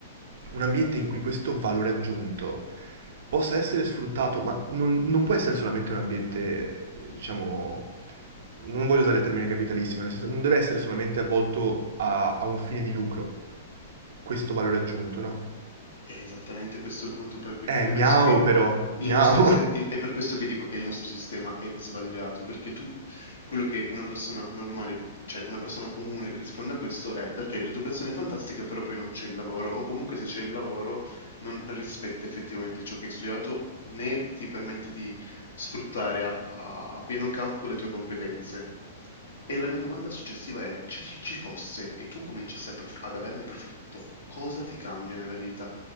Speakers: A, on the right (about 70°); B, on the left (about 80°).
A: un ambiente in cui questo valore aggiunto possa essere sfruttato, ma non, non può essere solamente un ambiente, eh, diciamo, non voglio usare il termine capitalistico, nel senso non deve essere solamente avvolto a, a un fine di lucro, questo valore aggiunto, no?
B: È esattamente questo il punto per cui
A: Eh,
B: pe- io
A: miau
B: penso che
A: però, miau.
B: il nostro sistema, è per questo che dico che il nostro sistema è sbagliato, perché tu, quello che una persona normale, cioè una persona comune risponde a questo è perché l'educazione è fantastica, però poi non c'è il lavoro, o comunque se c'è il lavoro non rispetta effettivamente ciò che hai studiato, né ti permette di sfruttare a, a- a pieno campo le tue competenze. E la mia domanda successiva è, se ci ci fosse e tu cominciassi a prof- ad averne profitto, cosa ti cambia nella vita,